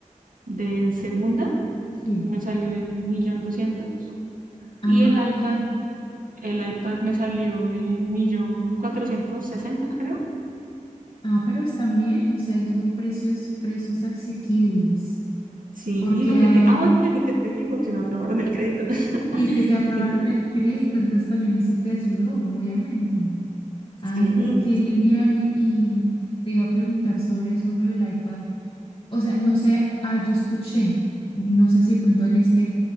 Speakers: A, on the right; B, on the left.
A: de segunda,
B: Sí.
A: me salió en un millón doscientos
B: Ah,
A: y el
B: ok.
A: iPad, el iPad me salió en un millón cuatrocientos sesenta, creo.
B: Ah, pero están bien, o sea, son precios, precios asequibles,
A: Sí,
B: porque
A: y lo que
B: eh,
A: te, ah, bueno, y lo que te digo, que me aprobaron el crédito. <laughs>
B: y que te aprobaron
A: Dime.
B: el crédito, entonces también eso te ayudó, obviamente. Ay,
A: Sí,
B: pero qué
A: sí.
B: genial, y, y te iba a preguntar sobre eso, lo del iPad, o sea, no sé, ah, yo escuché, no sé si de pronto en este,